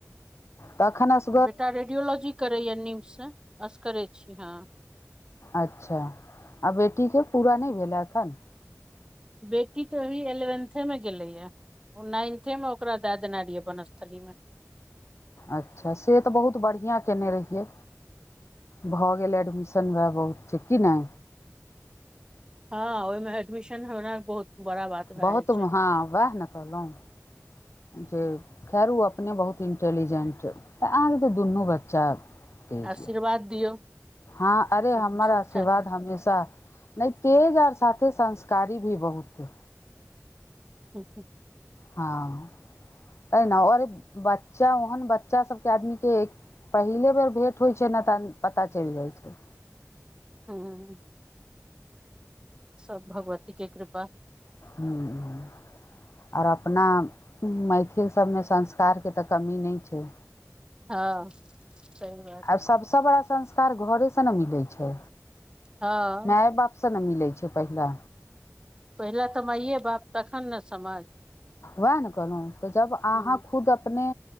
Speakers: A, on the left; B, on the right.
A: तखन अस
B: बेटा रेडियोलॉजी करैए न्यूजसँ से असगर छी हां
A: अच्छा आ बेटी के पूरा नहि भेलै हैं एखन
B: बेटी तो भी एलेवेन्थे मे गेलेै या ओ नाइन्थे में ओकरा देय देनै रहिये वनस्थली में
A: अच्छा से तऽ बहुत बढ़िआँ केने रहियै भऽ गेल एडमिशन वैह बहुत छै कि नै
B: हां ओहि में एडमिशन होना बहुत बड़ा बात भए
A: बहुत
B: जाइ छै
A: हँ वैह ने कहलहुँ जे खैर ओ अपने बहुत इंटेलीजेंट तऽ आहाँके तऽ दुनू बच्चा तेज
B: आशीर्वाद
A: यऽ
B: दियौ
A: हँ अरे
B: सब
A: हमर
B: ठीक
A: आशीर्वाद
B: ठाक
A: हमेशा नहि तेज आओर साथे संस्कारी भी बहुत अइ
B: ओ ह
A: हँ तै ना बच्चा आओर ओहन बच्चा सबके आदमी के पहिले बेर भेंट होइ छै ने तहन पता चलि जाइ छै
B: हूं सब भगवती के कृपा
A: ह <unintelligible> आओर अपना मैथिल सबमे संस्कारके तऽ कमी नहि छै
B: हँ सही बात
A: सबसे बड़ा संस्कार घरे से ने मिलै छै
B: हँ
A: माय बाप से नहि मिलै छै पहिला
B: पहिले तऽ माइए बाप तखन ने समाज
A: उएह ने कहलहुँ तऽ जब अहाँ
B: हूँ
A: खुद अपने